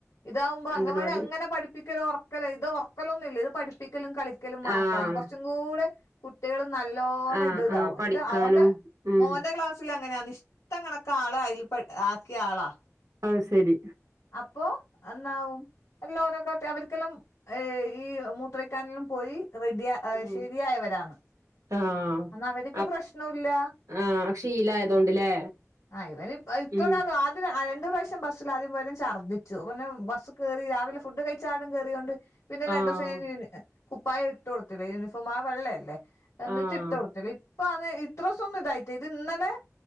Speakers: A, on the left; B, on the right.
A: ഇതാവുമ്പോ അങ്കവാടി
B: അംഗനവാടി
A: അങ്ങനെ പഠിപ്പിക്കലോ ഒറക്കലോ ഇത് ഒറക്കലൊന്നും ഇല്ല ഇത് പഠപ്പിക്കലും കളി കളിക്കലും മാത്രാണ്
B: ആഹ്
A: കൊറച്ചും കൂടെ കുട്ട്യേള് നല്ലോണം
B: ആഹ്
A: ഇത് ഇതാവും.
B: ആഹ്
A: <unintelligible>
B: പഠിക്കാനും
A: ഓന്റെ
B: ഉം
A: മോന്റെ ക്ലാസില് അങ്ങനെയാന്ന് ഇഷ്ട്ടം കണക്കെ ആള് അയിൽ പെട് ആക്കിയ ആളാ.
B: അത് ശരി.
A: അപ്പോ എന്നാവും എല്ലോ ഓനക്കാട്ടി അവര്ക്കെല്ലാം ഏഹ് ഈ മൂത്രൊയ്ക്കാനെല്ലാം പോയി റെഡിയാ ഏഹ്
B: ഉം
A: ശരിയായവരാണ്
B: ആഹ്
A: എന്നാ അവര് ക്ക്
B: അപ്
A: പ്രശ്നുല്ല
B: ആഹ് ശീലായതോണ്ട്ല്ലേ
A: ആ ഇവന് ഇപ്പനേള്ളൂ.
B: ഉം
A: രണ്ട് പ്രാവശ്യം ബസ്സിൽ ആദ്യം പോയേരം ഛർദ്ദിച്ചു പിന്നെ ബസ് കയറി രാവിലെ ഫുഡ് കഴി ചാടും കയറിയൊണ്ട് പിന്നെ
B: ആഹ്
A: രണ്ട് ദിവസം ഞാൻ കുപ്പായ ഇട്ട് കൊടുത്തില്ലേ യൂണിഫോം ആ വെള്ളയല്ലേ എന്ന്ട്ട്
B: ആഹ്
A: ഇട്ട് കൊടുത്തില്ല ഇപ്പൊ അത് ഇത്ര സ്വം ഇതായിട്ട് ഇത് ഇന്നലെ